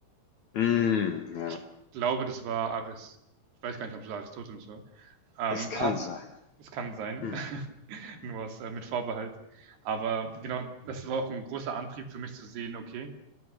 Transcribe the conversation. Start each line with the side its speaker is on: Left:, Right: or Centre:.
Left: mm, ja,
Right: Ich glaube, das war Aris. Ich weiß gar nicht, ob es Aristoteles war. Ähm,
Left: es kann
Right: aber
Left: sein.
Right: es kann sein.
Left: Mm,
Right: <laughs> <laughs> nur aus, äh, mit Vorbehalt. Aber genau, das war auch ein großer Antrieb für mich zu sehen, okay,